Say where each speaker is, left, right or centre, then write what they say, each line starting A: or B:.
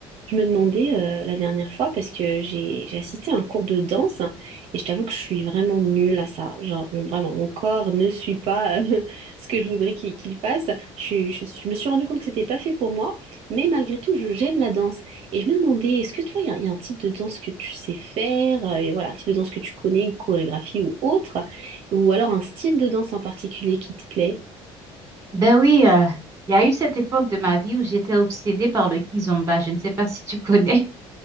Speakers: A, on the right; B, on the right.
A: Je me demandais euh, la dernière fois parce que j'ai j'ai assisté à un cours de danse et je t'avoue que je suis vraiment nulle à ça. Genre mon- vraiment mon corps ne suit pas euh, <laughs> ce que je voudrais qu'il qu'il fasse. Je, suis- je, suis- je me suis rendu compte que c'était pas fait pour moi, mais malgré tout je j'aime la danse et je me demandais est-ce que toi il y, a il y a un type de danse que tu sais faire euh, et voilà un type de danse que tu connais, une chorégraphie ou autre ou alors un style de danse en particulier qui te plaît?
B: Ben oui, euh, il y a eu cette époque de ma vie où j'étais obsédée par le kizomba. Je ne sais pas si tu connais